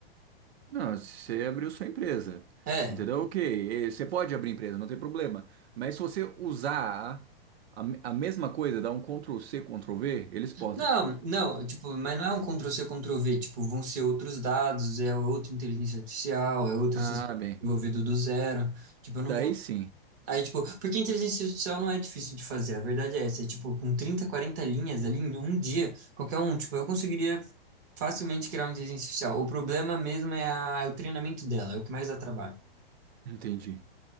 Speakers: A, on the right; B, on the right.
A: Não, você abriu sua empresa,
B: É,
A: entendeu? Ok, eh, você pode abrir empresa, não tem problema. Mas se você usar a, a mesma coisa, dar um Ctrl C, Ctrl V, eles podem.
B: Não, não, tipo, mas não é um Ctrl-C, Ctrl-V, tipo, vão ser outros dados, é outra inteligência artificial, é outro
A: Ah,
B: sistema
A: bem,
B: desenvolvido do zero, tipo, eu não
A: daí
B: vou...
A: sim,
B: Aí, tipo, porque inteligência artificial não é difícil de fazer, a verdade é essa, é tipo, com 30, 40 linhas ali em um dia, qualquer um, tipo, eu conseguiria facilmente criar uma inteligência artificial. O problema mesmo é, a- é o treinamento dela, é o que mais dá trabalho.
A: entendi.